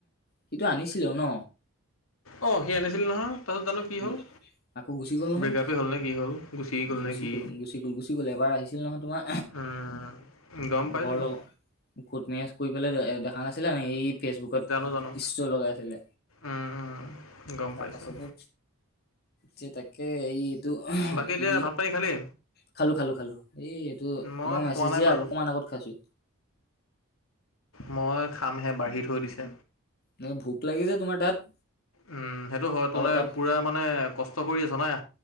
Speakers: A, on the left; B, on the left.
A: সিটো আনিছিলে ন
B: অ', আনিছিল নহয় তাৰ পছত জানো কি
A: আনি
B: হল?
A: আকৌ গুচি গ'ল নহয়
B: ব্ৰেকআপেই হ'ল নে কি হ'ল
A: গুচি
B: নে কি
A: গ'ল গুচি গ'ল গুচি গ'ল এবাৰ আহিছিলে নহয় তোমাৰ
B: উম, গম পাইছিলোঁ
A: ঘৰৰ লগ কোট মেজ কৰি পেলাই দেখা নাছিলে ন এই ফেচবুকত
B: জানো জানো
A: ষ্টৰ লগাই আছিলে
B: অ অ গম
A: তাৰ
B: পাইছোঁ
A: পাছতহে যে তাকে এই
B: বাকী
A: সি
B: এতিয়া ভাত পানী খালি?
A: খালো খালো খালো এই এইটো
B: মই
A: তোমাক
B: খোৱা
A: মেছেজ
B: নাই
A: দিয়া
B: বাৰু
A: অকমান আগত খাইছো
B: মই খামহে বাঢ়ি থৈ দিছে
A: ন ভোক লাগি যে তোমাৰ তাত
B: উম সেইটো হয় তোে
A: আকৌ তাত
B: পুৰা মানে কষ্ট কৰি জনাই